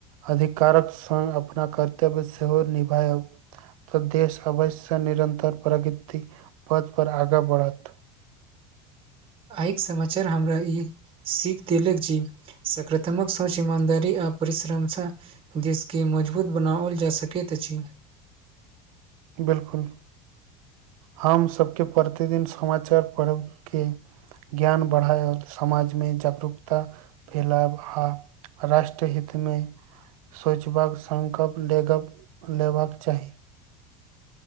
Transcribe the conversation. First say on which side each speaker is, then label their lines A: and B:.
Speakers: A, on the right; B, on the right.
A: अधिकारक सङ्ग अपना कर्तव्य सेहो निभायब तऽ देश अवश्यनिरन्तर प्रगति पथ पर आगाँ बढ़त
B: आइके समाचार हमरा ई सीख देलक जे सकारात्मक सूच ईमानदारी आ परिश्रमसँ देिसके मजबूत बनाओल जा सकैत अछि
A: बिलकुल हम सबके प्रतिदिन समाचार पढ़ब के ज्ञान बढ़ाय समाजमे जागरूकता फैलाब हा राष्ट्र हितमे सोचबाक सङकप ले गप लेबाक चाही